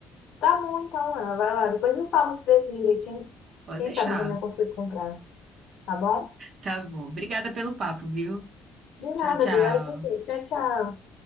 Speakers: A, on the left; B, on the right.
A: Tá bom, então, Ana, vai lá. Depois me fala os preços direitinho.
B: Pode
A: Quem
B: deixar.
A: sabe eu também consigo comprar, tá bom?
B: Tá bom. Obrigada pelo papo, viu?
A: De nada,
B: Tchau, tchau.
A: obrigada a você. Tchau, tchau.